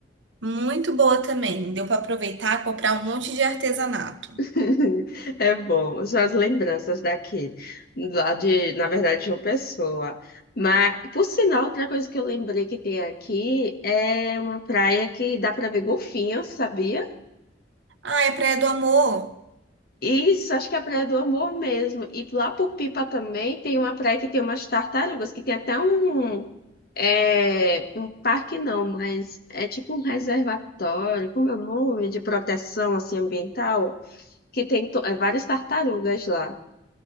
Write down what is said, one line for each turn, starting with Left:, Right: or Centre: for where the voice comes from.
Right: Muito boa também. Deu para aproveitar, comprar um monte de artesanato.
Left: <laughs> é bom. São as lembranças daqui, lá de, na verdade, de João Pessoa. Mas, por sinal, outra coisa que eu lembrei que tem aqui é uma praia que dá para ver golfinhos, sabia?
Right: Ah, é Praia do Amor?
Left: Isso, acho que é a Praia do Amor mesmo. E lá por Pipa também tem uma praia que tem umas tartarugas, que tem até um, é, um parque não, mas é tipo um reservatório, como é o nome, de proteção assim, ambiental, que tem to- é, várias tartarugas lá.